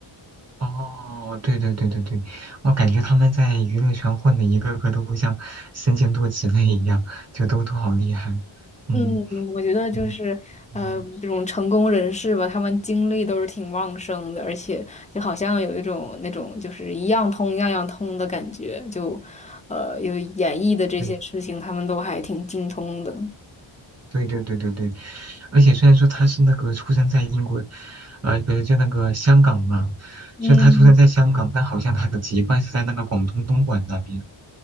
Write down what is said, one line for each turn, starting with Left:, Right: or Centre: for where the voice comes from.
Right: 哦，对对对对对，我感觉他们在娱乐圈混的一个个都像身兼多职类一样，就都都好厉害。嗯
Left: 嗯，我觉得就是呃，
Right: 嗯嗯，
Left: 这种成功人士吧，他们精力都是挺旺盛的，而且就好像有一种那种就是一样通样样通的感觉，就呃，有演艺的这些事情，
Right: 对。
Left: 他们都还挺精通的。
Right: 对对对对对，而且虽然说他是那个出生在英国，呃，不是就那个香港嘛，
Left: 嗯。
Right: 虽然他出生在香港，但好像他的籍贯是在那个广东东莞那边。